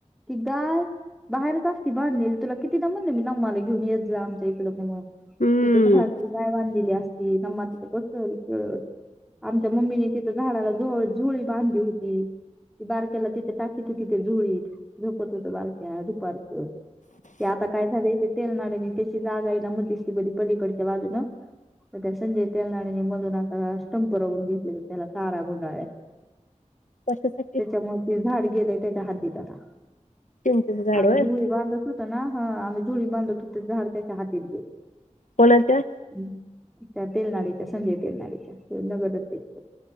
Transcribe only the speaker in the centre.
ती गाय बाहेरच असती बांधलेली तुला कितीदा म्हणलं मी नम्माला घेऊन येत जा आमच्या इकड म्हणून
तिथं झाडाखाली गाय बांधलेली असती नम्मा तिथे बसल खेळल आमच्या मम्मीने तिथं झाडाला झोळी बांधली होती ती बारक्याला तिथ टाकत होती त्या झोळीत झोपत होतं बारक्या दुपारचं ते आता काय झालंय ते तेलनाडेन त्याची जागा आहे ना मध्यस्तमध्ये पलीकडच्या बाजूनं तर त्या संजय तेलनाडेन मधून आता स्टंप रवून घेतले त्याला तारा गुंडाळल्यात
त्याच्यामुळं ते झाड गेलयं त्याच्या हद्दीत आता
आम्ही
झोळी बांधत होत ना हा आम्ही झोळी बांधत होतो झाड त्याच्या हद्दीत गेलय
हम्म त्या तेलनाडेच्या संजय तेलनाडेच्या त्यो नगराध्यक्ष